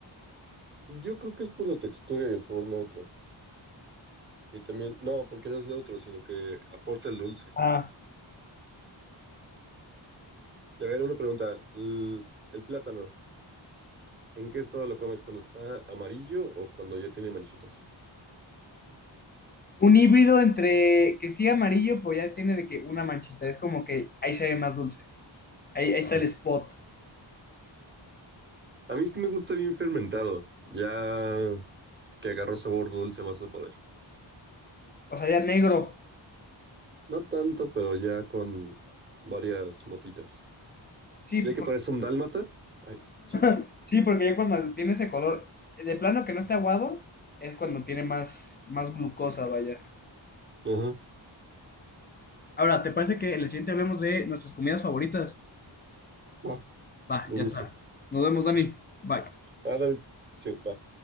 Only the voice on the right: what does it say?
Yo creo que es por la textura y el sabor neutro. Y también, no, porque no es neutro, sino que aporta el dulce.
Y a ver, una pregunta. El, el plátano, ¿en qué estado lo comes? ¿Cuando está amarillo o cuando ya tiene manchitas?
A mí sí me gusta bien fermentado, ya que agarró sabor dulce más no poder.
No tanto, pero ya con varias motitas.
Ya
que
parece un dálmata, ahí está chido.
Ajá,
va,
me
gusta.
Ah, también, sí, va.